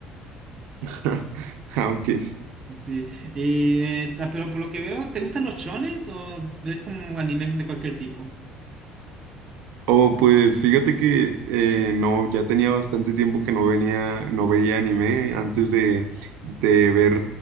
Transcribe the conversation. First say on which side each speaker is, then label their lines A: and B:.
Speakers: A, on the right; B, on the right.
A: <laughs> Ah, ok.
B: Sí, y, eh, ta- pero por lo que veo, ¿te gustan los chones o ves como anime de cualquier tipo?
A: Oh, pues fíjate que eh, no, ya tenía bastante tiempo que no venía, no veía anime antes de, de ver